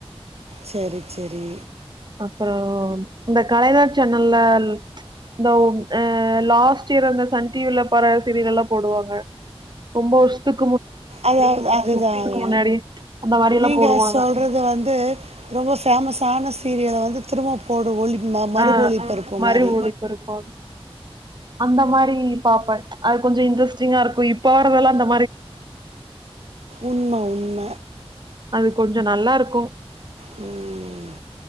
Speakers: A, on the right; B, on the right.
A: சேரி சேரி
B: அப்புறோ இந்த கலைஞர் சேனல்லால் இந்த அ லாஸ்ட் இயர் அந்த சன் டிவில பற சீரியல் எல்லா போடுவாங்க ரொம்ப வருஷத்துக்
A: அதா அதுதாங்க
B: முன்னாடி அந்த மாரி எல்லா
A: நீங்க
B: போடுவாங்க
A: சொல்றது வந்து ரொம்ப பேமஸ் தான சீரியல வந்து திரும்ப போடு ஒளி ம மறுபொழிப்பருப்பு
B: ஆ மறு
A: மாதிரி
B: ஒலிபரப்பாகு அந்த மாரி பாப்பங் அது கொஞ்சோ இன்ட்ரஸ்டிங்கா இருக்கு இப் போறதெல்லா அந்தம்
A: உண்ம உண்ம
B: அது கொஞ்சோ நல்லாருக்கு
A: ம்